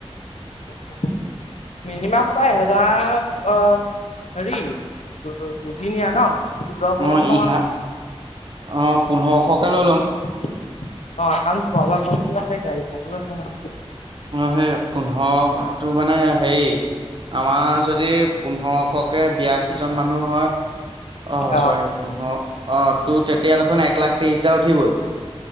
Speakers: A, on the left; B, on the right.
A: <unintelligible> মিনিমাম তই এহেজাৰ অ', হেৰি দুদিনীয়া ন পোন্ধৰশ মান
B: অ',
A: টকা
B: ইঘাৰ অ', পোন্ধৰশকে লৈ লম।
A: অ', কাৰণ খোৱাবোৱা খৰচো আছে গাড়ী ভাড়াও আছে নহয়
B: অ', সেই পোন্ধৰটো মানে হেৰি আমাৰ যদি পোন্ধৰশকে বিয়াশী জন মানুহ হয় অ',
A: অ'
B: চৰি পোন্ধৰ অ', টোত তেতিয়া দেখোন এক লাখ ত্ৰিশ হেজাৰ উঠিবই